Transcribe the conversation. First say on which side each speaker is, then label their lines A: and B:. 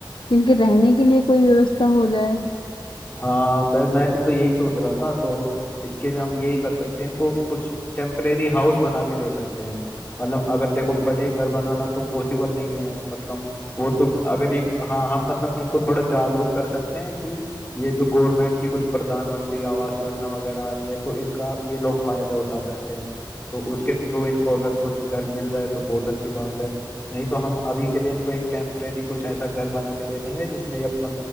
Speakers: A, on the left (about 80°); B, on the left (about 25°).
A: इनके रहने के लिए कोई व्यवस्था हो जाए
B: हाँ बै- मैं भी तो यही सोच रहा था तो इसके लिए हम यही कर सकते हैं इनको कुछ टेम्परेरी हाउस बना के दे सकते हैं मतलब अगर देखो बड़े घर बनाना तो पॉसिबल नहीं है मतलब वो तो अगर ये हाँ हम मतलब इनको थोड़ा जागरूक कर सकते हैं कि ये जो गवर्नमेंट की कुछ प्रधानमंत्री आवास योजना वगैरह आ रही है तो इनका ये लोग फायदा उठा सकते हैं तो उसके थ्रू इनको अगर कुछ घर मिल जाए तो बहुत अच्छी बात है नहीं तो हम अभी के लिए इनको एक टेम्परेरी कुछ ऐसा घर बना के दे देंगे जिसमें ये अपना